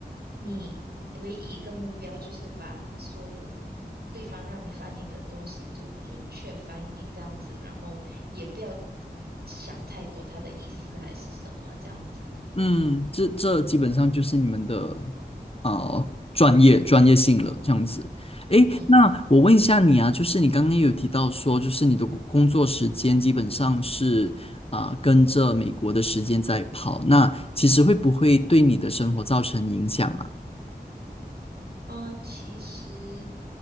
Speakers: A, on the right; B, on the left.
A: 你唯一一个目标就是把所有对方让你翻译的东西就准确翻译这样子，然后也不要想太多他的意思还是什么这样子。
B: 嗯，这这基本上就是你们的啊专业专业性了，这样子。诶，
A: 嗯。
B: 那我问一下你啊，就是你刚刚有提到说，就是你的工工作时间基本上是啊、呃跟着美国的时间在跑，那其实会不会对你的生活造成影响啊？
A: 嗯，其实，